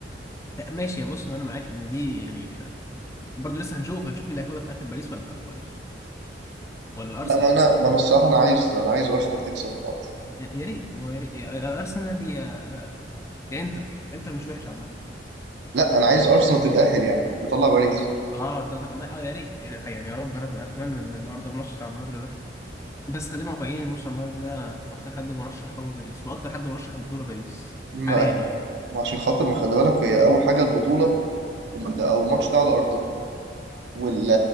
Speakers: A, on the left; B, on the right.
A: لا، ماشي بص انا معاك ان دي يعني برضه لسه هنشوف هنشوف مين اللي هياخدها في اخر باريس ولا ولا ولا الارسنال
B: لا ما انا ما انا الصراحه انا عايز انا عايز ارسنال تكسب النهارده
A: يا يا ريت هو يا ريت يا- يا الارسنال يا يا انتر انتر مش وحش عامه
B: لا انا عايز ارسنال تتاهل يعني تطلع باريس
A: اه انت قصدك ما- اه يا ريت يا ريت- يعني يا رب انا اتمنى ان النهارده الماتش بتاع النهارده ده بس خلينا واقعيين الماتش بتاع النهارده ده اكتر حد مرشح هو باريس واكتر حد مرشح البطوله باريس
B: ما
A: حاليا
B: في
A: يعني
B: ما عشان خاطر ما خلي بالك هي اول حاجه البطوله ال- او الماتش ده على ارضه وال